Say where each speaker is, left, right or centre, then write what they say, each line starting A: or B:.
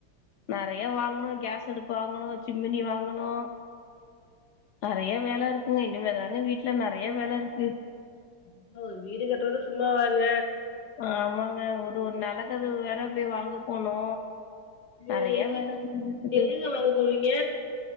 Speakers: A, on the left; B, on the left.
A: நெறைய வாங்கணு கேஸ் அடுப்பு வாங்கணு சிம்மினி வாங்கணு நெறைய வேல இருக்குங்க இனிமே தாங்க வீட்ல நெறைய வேல இருக்கு
B: <unintelligible> வீடு கட்றது சும்மா வாங்க
A: ஆமாங்க ஒரு ஒரு நெலகதவு வேற போய் வாங்க போனு
B: நீ
A: நெறைய
B: எங்கங்
A: வேல இருக்குது
B: எங்கங்க வாங்க போவீங்க